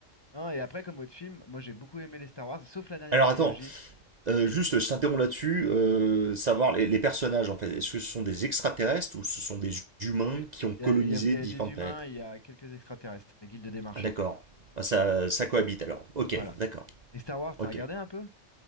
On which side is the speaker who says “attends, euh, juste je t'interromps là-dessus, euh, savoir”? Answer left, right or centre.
Right